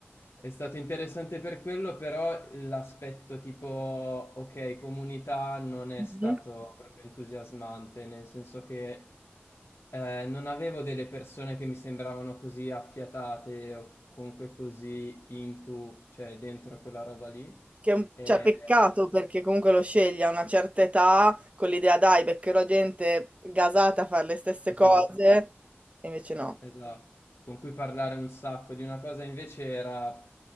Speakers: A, on the left; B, on the right.
A: È stato interessante per quello, però l'aspetto tipo, ok, comunità non è
B: Mhm.
A: stato proprio entusiasmante, nel senso che eh, non avevo delle persone che mi sembravano così affiatate o comunque così into, cioè dentro quella roba lì.
B: Che è un,
A: E,
B: cioè, peccato perché comunque lo scegli a una certa età con l'idea, dai, beccherò gente gasata a fare le stesse
A: eh,
B: cose, e invece no.
A: Esatto, con cui parlare un sacco di una cosa invece era